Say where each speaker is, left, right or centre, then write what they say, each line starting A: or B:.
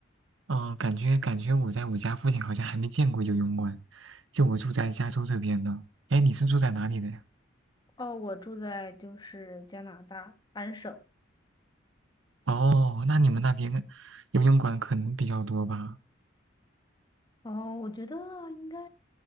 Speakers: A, on the right; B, on the left.
A: 哦，感觉感觉我在我家附近好像还没见过游泳馆，就我住在加州这边的。哎，你是住在哪里的呀？
B: 哦，我住在就是加拿大安省，
A: 哦，那你们那边游泳馆可能比较多吧？
B: 哦，我觉得应该